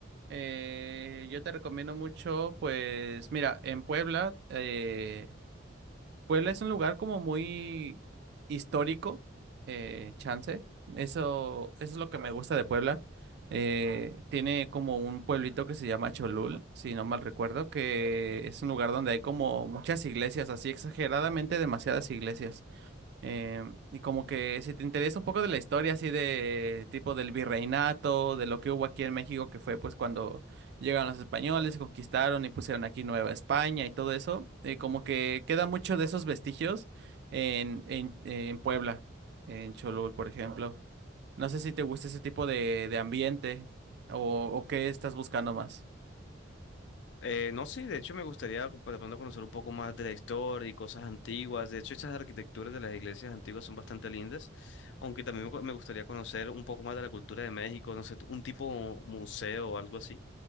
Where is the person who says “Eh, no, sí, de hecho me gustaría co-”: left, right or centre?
Left